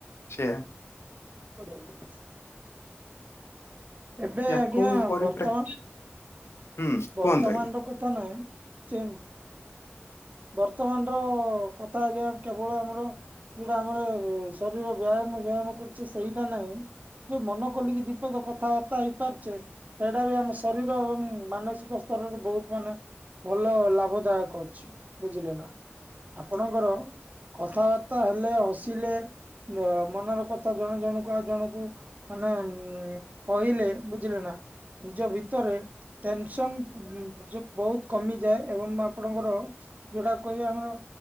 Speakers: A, on the left; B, on the right.
A: ସେୟା।
B: <unintelligible> ଏବେ
A: ୟାକୁ
B: ଆଜ୍ଞା
A: ପରିପ୍ରେ
B: ବର୍ତ୍ତମାନ।
A: ହୁଁ
B: ବର୍ତ୍ତମାନର
A: କୁହନ୍ତୁ ଆଜ୍ଞା।
B: କଥା ନୁହେଁ ଚେ ବର୍ତ୍ତମାନର କଥା ଆଜ୍ଞା କେବଳ ଆମର ଯଉଟା ଆମର ଶରୀର ବ୍ୟାୟାମ ବ୍ୟାୟାମ କରୁଛି ସେଇଟା ନାହିଁ। ଜଉ ମନ ଖୋଲିକି ଦିପଦ କଥାବାର୍ତ୍ତା ହେଇପାରୁଛେ ସେଇଟା ବି ଆମ ଶରୀର ଏବଂ ମାନସିକ ସିକ ସ୍ତରରେ ବହୁତ ମାନେ ଭଲ ଲାଭ ଦାୟକ ଅଛି। ବୁଝିଲେ ନା ଆପଣଙ୍କର କଥାବାର୍ତ୍ତା ହେଲେ ହସିଲେ। ମନ ର କଥା ଜଣେ ଜଣକୁ ଆଉ ଜଣକୁ ମାନେ କହିଲେ ବୁଝିଲେ ନା ନିଜ ଭିତରେ ଟେନସନ୍ ବହୁତ କମିଯାଏ ଏବଂ ଆପଣଙ୍କର ଯୋଉଟା କହିବା ଆମର